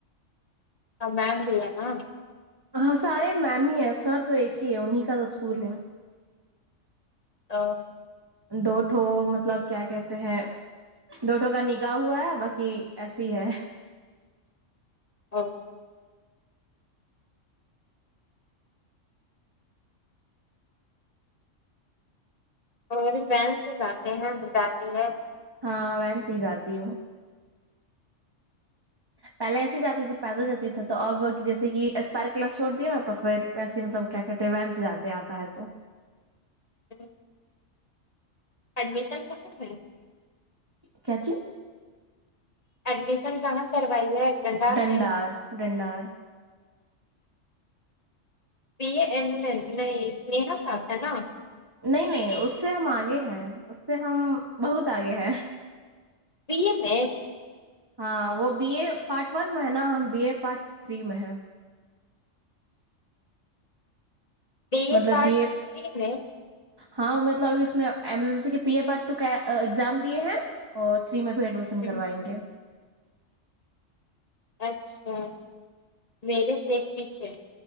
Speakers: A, on the left (about 30°); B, on the right (about 20°).
A: ہاں <unintelligible>
B: ہاں سارے میم ہی ہیں سر تو ایک ہی ہے انہیں کا تو اسکول ہے
A: اور
B: دوٹھو مطلب کیا کہتے ہیں دوٹھوں کا نکاح ہوا ہے باقی ایسی ہے
A: اب اور وین سے جاتے ہیں بتاتی ہے
B: ہاں وین سے ہی جاتی ہوں پہلے ایسے ہی جاتی تھی پیدل جاتی تھا تو اب جیسے یہ اسپر کلاس چھوڑ دیا نا تو پھر ویسے ہی مطلب کیا کہتے ہیں وینس جاتے آتا ہے تو
A: <unintelligible> ایڈمیشن <unintelligible> ہے
B: کیاچی
A: ایڈمیشن کہاں کروائی ہے گنڈار
B: ڈنڈار
A: میں
B: ڈنڈار
A: <unintelligible> ساھ ہے نا
B: نہیں نہیں اس سے ہم آگے ہیں اس سے ہم بہت آگے ہیں
A: <unintelligible>
B: ہاں وہ بی اے پارٹ ون میں ہے نا ہم بی اے پارٹ تھری میں ہیں
A: بی
B: مطلب
A: پارٹ
B: بی
A: تھری
B: اے
A: میں
B: ہاں مطلب ابھی اس میں ایمرجنسی کے پی اے پارٹ ٹو کے ایگزام دیے ہیں اور تھری میں بھی ایڈمیشن کروائیں
A: ہوں،
B: گے
A: اچھا میرے سے ایک پیچھے ہے